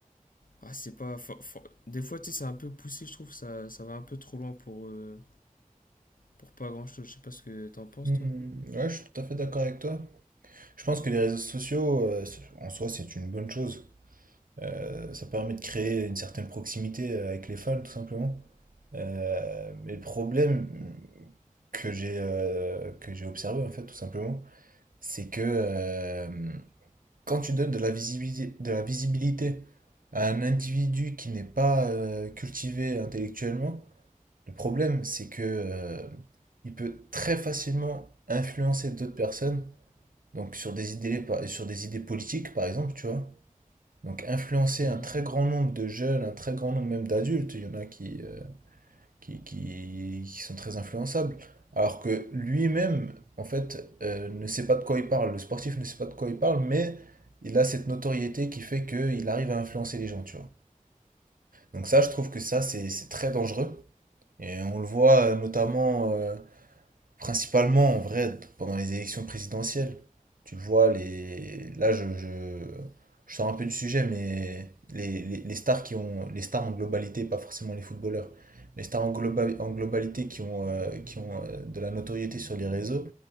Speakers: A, on the left; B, on the right.
A: Ah, c'est pas. for- for- Des fois, tu sais, c'est un peu poussé, je trouve, ça, ça va un peu trop loin pour, euh, pour pas grand-chose. Je sais pas ce que t'en penses,
B: Hum,
A: toi.
B: Ouais, je suis tout à fait d'accord avec toi. Je pense que les réseaux sociaux, euh, c'est- en soi, c'est une bonne chose. Euh, ça permet de créer une certaine proximité euh, avec les fans, tout simplement. Euh, mais le problème que j'ai euh, que j'ai observé, en fait, tout simplement, c'est que, euh, quand tu donnes de la visibilité, de la visibilité à un individu qui n'est pas euh, cultivé intellectuellement, le problème c'est que euh, il peut très facilement influencer d'autres personnes, donc sur des idées, sur des idées politiques par exemple, tu vois. Donc influencer
A: Mhm.
B: un très grand nombre de jeunes, un très grand nombre même d'adultes, il y en a qui, euh, qui, qui, qui sont très influençables. Alors que lui-même, en fait, euh, ne sait pas de quoi il parle. Le sportif ne sait pas de quoi il parle, mais il a cette notoriété qui fait qu'il arrive à influencer les gens, tu vois. Donc ça, je trouve que ça, c'est c'est très dangereux. Et on le voit euh, notamment euh, Principalement, en vrai, pendant les élections présidentielles, tu le vois, les... là, je, je, je sors un peu du sujet, mais les, les, les stars qui ont, les stars en globalité, pas forcément les footballeurs, les stars en, globa- en globalité qui ont, euh, qui ont euh, de la notoriété sur les réseaux,